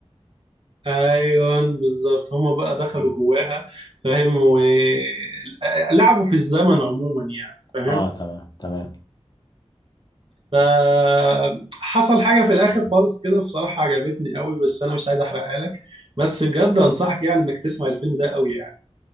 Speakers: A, on the right (about 50°); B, on the left (about 40°).
A: ايوه بالظبط هما بقى دخلوا
B: <laughs>
A: جواها فاهم ولعبوا في الزمن عموما يعني فاهم
B: اه تمام تمام
A: فحصل حاجه في الاخر خالص كده بصراحه عجبتني قوي بس انا مش عايز احرقها لك بس بجد انصحك يعني انك تسمع الفيلم ده قوي يعني